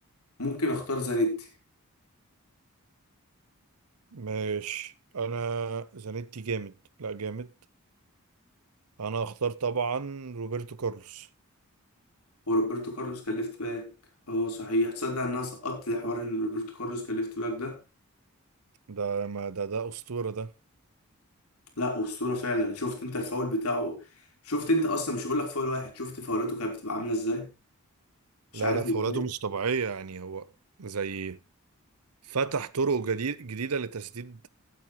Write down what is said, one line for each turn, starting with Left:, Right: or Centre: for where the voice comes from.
Left: ممكن اختار زانيتي
Right: ماشي انا زانيتي جامد لا جامد انا هختار طبعا روبرتو كارلوس
Left: وروبرتو كارلوس كان ليفت باك اه صحيح تصدق ان انا سقطت حوار ان روبرتو كارلوس كان ليفت باك ده
Right: ده ما ده ده أسطورة ده
Left: لا اسطوره فعلا شفت انت الفاول بتاعه شفت انت اصلا مش هقول لك فاول واحد شفت فاولاته كانت بتبقى عامله ازاي مش
Right: لا
Left: عارف
Right: لا فولاته
Left: ازاي
Right: مش طبيعية يعني هو زي فتح طرق جديد جديدة لتسديد